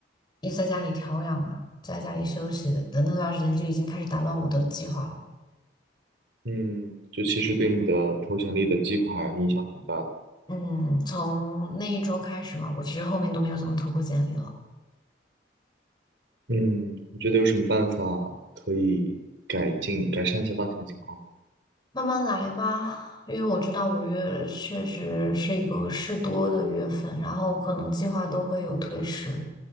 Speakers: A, on the left (about 25°); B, on the right (about 80°).
A: 一直在家里调养嘛，在家里休息的那段时间就已经开始打乱我的计划了。
B: 嗯，就其实对你的投简历的计划影响很大的。
A: 嗯，从那一周开始嘛，我其实后面都没有怎么投过简历了。
B: 嗯，你觉得有什么办法可以改进、改善一下当前的情况吗？
A: 慢慢来吧，因为我知道五月确实是一个事多的月份，然后可能计划都会有推迟，